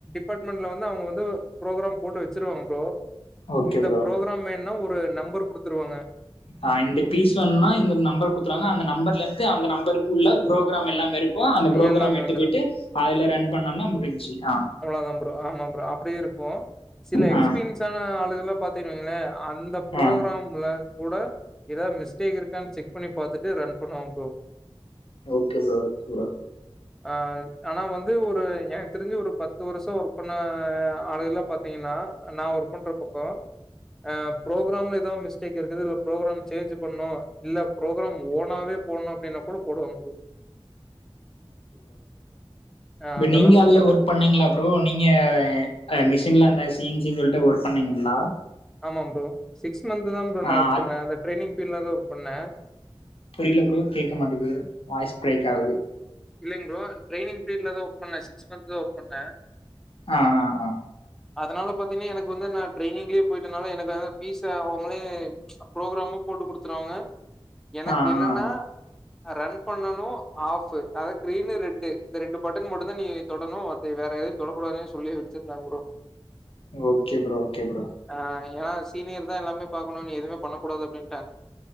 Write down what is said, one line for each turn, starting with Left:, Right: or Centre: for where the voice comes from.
Centre: அபார்ட்மெண்ட்ல வந்து அவுங்க வந்து ப்ரோக்ராம் போடு வச்சுருவாங்க ப்ரோ
Left: ஓகே
Centre: இந்த
Left: ப்ரோ
Centre: ப்ரோக்ராம் வேனுனா ஒரு நம்பர் குடுத்துருவாங்க
Left: அ இந்த பீஸ் சொன்னா இந்த நம்பர் குடுத்துருவாங்க அந்த நம்பர்லந்து அந்த நம்பருக்கு உள்ள புரோக்ராம் எல்லாமேருக் கு அந்த புரோக்ராம்
Centre: எல்லாமே
Left: எட்டு
Centre: வந்துரும்.
Left: போய்ட்டு அதுல ரன் பண்ணம்னா முடிஞ்சி ஆ
Centre: ஆம் ப்ரோ ஆமாம் ப்ரோ அப்டியு இருக்கு சில
Left: ஆ
Centre: எக்ஸ்பீன்ஸ் ஆன ஆளுகள்லா பாத்திகன் வெய்ங்களே அந்த புரோக்ராம்ல
Left: ஆ
Centre: கூட எதா மிஸ்டேக் இருக்கான் செக் பண்ணி பாத்துட்டு ரன் பண்ணுவாங் bro
Left: okay bro okay bro
Centre: ஆ ஆனா வந்து ஒரு எனக் தெரிஞ்சு ஒரு பத்து வருஷோ ஒர்க் பண்ண ஆளுகலா பாத்திங்கன்னா நா ஒர் பண்ற பக்கோ அ புரோக்ராம்ல எதா மிஸ்டேக் இருக்குது இல்ல புரோக்ராம் சேஞ்ச் பண்ணு இல்ல புரோக்ராம் ஓனாவே போணு அப்டினா கூட போடுவாங் ப்ரோ அ
Left: ப
Centre: அந்த
Left: நீங்க
Centre: அளவுக்கு
Left: அதுல
Centre: கொஞ்சோ
Left: ஒர்க் பண்ணீங்ளா ப்ரோ நீங்க அ மிஷின்ல அந்த சி ன் சி ன் சொல்ட்டு ஒர்க் பண்ணீங்கள்லா
Centre: ஆமா ப்ரோ சிக்ஸ் மந்த்தா ப்ரோ
Left: ஆ
Centre: நா ஒர்க்
Left: அது
Centre: பண்ணே அந்த ட்ரெய்னிங் பீர்ட்லதா ஒர்க் பண்ணே
Left: புரில ப்ரோ கேட்க மாட்டிகுது வாய்ஸ் பிரேக் ஆவுது
Centre: இல்லிங் ப்ரோ ட்ரெய்னிங் பீர்ட்லதா ஒர்க் பண்ணே சிக்ஸ் மந்த்தா ஒர்க் பண்ணே
Left: ஆ ஆ
Centre: அதனால பாத்திங்ன்னா எனக்கு வந்து நா ட்ரெய்னிங்லியே போய்ட்டனால எனக்கு அதா பீஸ அவுங்களே ப்ரோக்ராமு போட்டு குடுத்துருவாங்க எனக்கு
Left: ஆ ஆ
Centre: என்னன்னா
Left: ஆ
Centre: அ ரன் பண்ணனு ஆஃப் அதா கிரீனு ரெட்டு இந்த ரெண்டு பட்டன் மட்டுந்தா நீயி தொடணு அது வேற எதுவு தொடக்கூடாதுனே சொல்லி வெச்சிருந்தாங்க bro
Left: okay bro okay bro.
Centre: அ ஏனா சீனியர் தா எல்லாமே பாக்கணு நீ எதுமே பண்ண கூடாது அப்டின்